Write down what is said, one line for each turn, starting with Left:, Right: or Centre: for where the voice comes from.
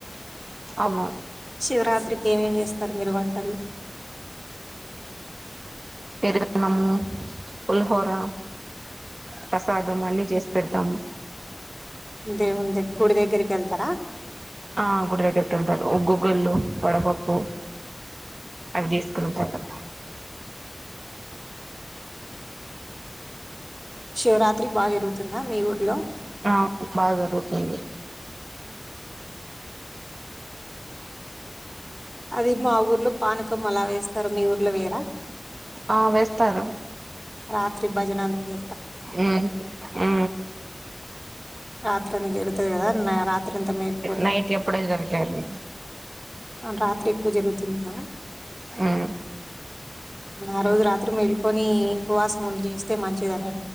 Right: అవును
Centre: శివరాత్రికి ఏమేం చేస్తారు మీరు వంటలు
Right: పెరుగన్నం పులిహోర ప్రసాదం అన్ని చేసి పెడతాము
Centre: దేవుడు దగ్గరికి గుడి దగ్గరికి వెళ్తారా
Right: ఆ గుడి దగ్గరికి ఉగుగుల్లు వడపప్పు అవి చేసుకుంటారు
Centre: శివరాత్రి బాగా జరుగుతుందా మీ ఊర్లో
Right: ఆ బాగా జరుగుతుంది
Centre: అది మా ఊర్లో పానకం అలా వేస్తారు మీ ఊర్లో వేయరా
Right: ఆ వేస్తారు
Centre: రాత్రి భజనాలు చే
Right: ఉ ఆ
Centre: రాత్రి అంత జరుగుతది కదా రాత్రి అంతా మేల్కొని
Right: నైట్ ఎప్పుడే జరిగేది
Centre: రాత్రి ఎక్కువ జరుగుతుంది కదా
Right: మ్మ్
Centre: ఆ రోజు రాత్రి మేలు కొని ఉపవాసం ఉండి చేస్తే మంచిదని